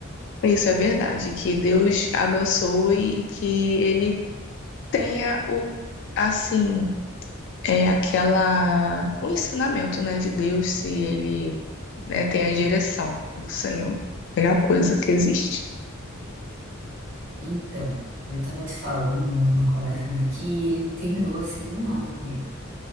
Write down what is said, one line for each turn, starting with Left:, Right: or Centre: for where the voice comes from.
Left: Isso é verdade. Que Deus abençoe e que ele tenha o, assim. é aquela o ensinamento, né, de Deus, se ele, né, tem a direção do Senhor. Melhor coisa que existe.
Right: Então, eu tava te falando numa numa conversa, né, que ele terminou assim do nada comigo.